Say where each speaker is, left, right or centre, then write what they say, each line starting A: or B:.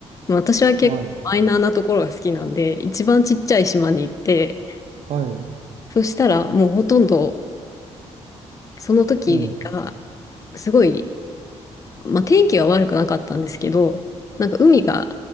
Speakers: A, on the left; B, on the right.
A: まあ、私は結構マイナーなところが好きなんで、
B: はい。
A: 一番ちっちゃい島に行って、
B: はい。
A: そしたらもうほとんどその時が
B: うん。
A: すごい、まあ、天気は悪くなかったんですけど、なんか海が